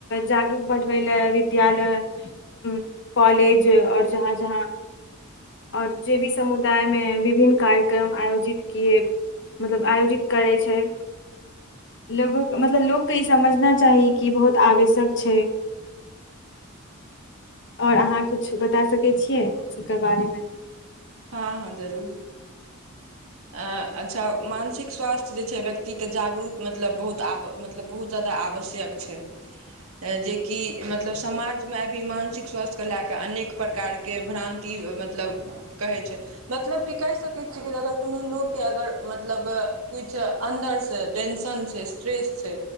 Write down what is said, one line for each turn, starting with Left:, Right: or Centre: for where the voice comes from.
Left: जागरूक बढ़बै लए विद्यालय उ कॉलेज और जहाँ जहाँ और जे भी समुदाय मे विभिन्न कार्यक्रम आयोजित किए मतलब आयोजित करै छै लोगोक मतलब लोककेँ ई समझना चाही कि बहुत आवश्यक छै
Right: <inaudible>
Left: आओर अहाँ कुछ बता सकै छियै एकर बारेमे
Right: हँ हँ जरूर अ अच्छा मानसिक स्वास्थ्य जे छै व्यक्तिके जागरूक मतलब बहुत आब मतलब बहुत जादा मुदा आवश्यक छै जेकि मतलब समाजमे अभी मानसिक स्वास्थ के लए क अनेक प्रकारके भ्रानि मतलब कहै छै मतलब कि कहि सकै छियै कि अगर कोनो लोककेँ अगर मतलब कुछि अन्दरसँ टेंशन छै स्ट्रेस छै